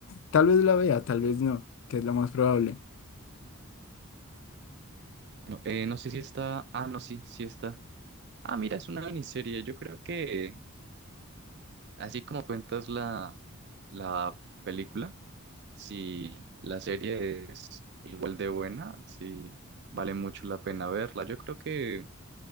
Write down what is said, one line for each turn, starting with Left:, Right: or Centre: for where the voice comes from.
Left: Tal vez la vea, tal vez no, que es lo más probable.
Right: No, eh, no sé si está... Ah, no, sí, sí está. Ah, mira, es una miniserie. Yo creo que así como cuentas la, la película, si la serie es igual de buena, si vale mucho la pena verla. Yo creo que